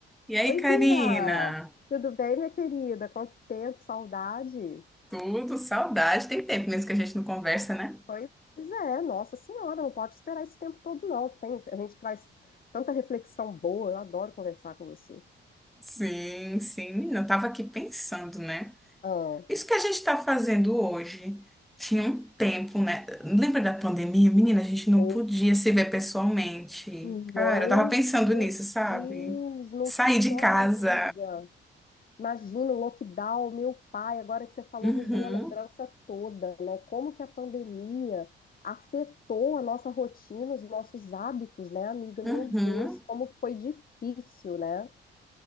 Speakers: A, in the centre; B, on the left.
A: E aí,
B: Oi,
A: Karina?
B: Bia! Tudo bem, minha querida? Quanto tempo, saudade!
A: Tudo, saudade. Tem tempo mesmo que a gente não conversa, né?
B: Pois é, nossa senhora, não pode esperar esse tempo todo, não. Tem- a gente traz tanta reflexão boa, eu adoro conversar com você.
A: Sim, sim. Menina, eu tava aqui pensando, né?
B: Ah,
A: Isso que a gente tá fazendo hoje tinha um tempo, né? Lembra da pandemia? Menina, a gente não
B: ou
A: podia se ver pessoalmente.
B: não,
A: Cara, eu tava pensando
B: meu
A: nisso, sabe?
B: Deus, não,
A: Sair de
B: nossa
A: casa.
B: amiga. Imagina o lockdown, meu pai, agora que você falou,
A: Uhum,
B: me veio a lembrança toda, né? Como que a pandemia afetou a nossa rotina, os nossos hábitos, né, amiga? Meu
A: uhum.
B: Deus, como foi difícil, né?